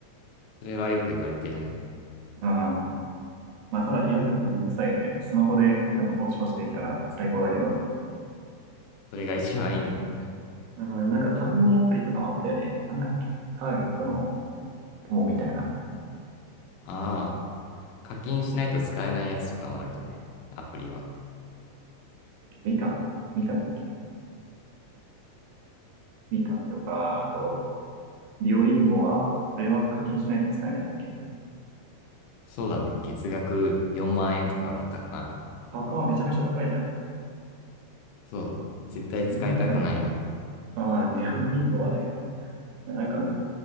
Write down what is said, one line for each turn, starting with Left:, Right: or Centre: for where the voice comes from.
Left: それはよく言われてるね。
Right: うん。まあただ開くのめんどくさいよね。スマホでなんかポチポチできたら最高だけど。
Left: それが一番いいね。
Right: うん、なんか単語のアプリとかもあったよね。なんだっけ。ターゲットの友みたいな。
Left: ああ、課金しないと使えないやつとかもあるよね。アプリは。
Right: みかん。みかんだっけ。みかんとか、あと、ディオリンゴは、これは課金しないと使えないんだっけ。
Left: そうだね。月額4万円とかだったかな。
Right: パッカーはめちゃめちゃ高いじゃん。
Left: そう。絶対使いたくないね。
Right: そんな高い。ああ、ディオリンゴはね、なんか、